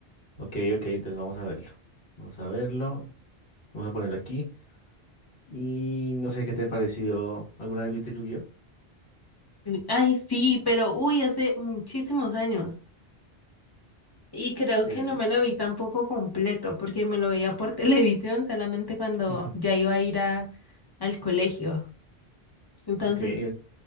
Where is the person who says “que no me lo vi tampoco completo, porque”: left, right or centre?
Left